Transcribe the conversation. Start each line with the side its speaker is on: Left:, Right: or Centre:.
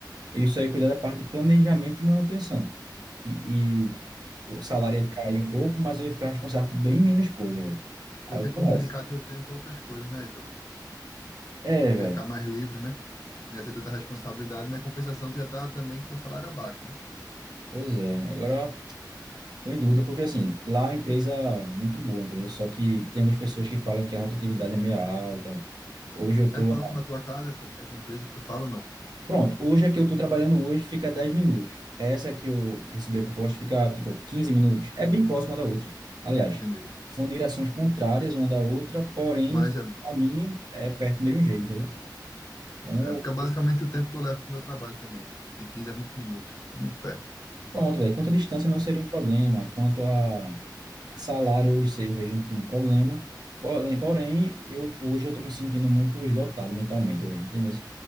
Right: Eu só ia cuidar da parte de planejamento e manutenção. E, o salário ia cair um pouco, mas eu ia ficar responsável por bem menos coisa, velho. Aí
Left: Ia
Right: eu
Left: ter
Right: tô
Left: como
Right: nessa.
Left: dedicar teu tempo a outras coisas, né, Ítalo?
Right: É, velho.
Left: Tu ia ficar mais livre, né? Não ia ser tanta responsabilidade, mas em compensação tu ia estar também com o salário abaixo, né?
Right: Pois é. Agora, tô em dúvida, porque assim, lá é uma empresa muito boa, entendeu? Só que tem algumas pessoas que falam que a rotatividade é meio alta. Hoje eu tô.
Left: É próximo da tua casa essa, essa empresa que tu fala ou não?
Right: Pronto, hoje a que eu tô trabalhando hoje fica 10 minutos. Essa que eu que recebi a proposta fica, tipo, 15 minutos. É bem próxima da outra. Aliás,
Left: Entendi.
Right: são direções contrárias uma da outra, porém,
Left: Mas é,
Right: a mim é perto do mesmo jeito, entendeu? Então,
Left: é, fica basicamente o tempo que eu levo pro meu trabalho também, de 15 a 20 minutos. É muito perto.
Right: Pronto, velho. Quanto à distância não seria um problema, quanto a salário, hoje eu vejo um, um problema. Porém, porém, eu, hoje eu tô me sentindo muito esgotado mentalmente, velho, entendeu?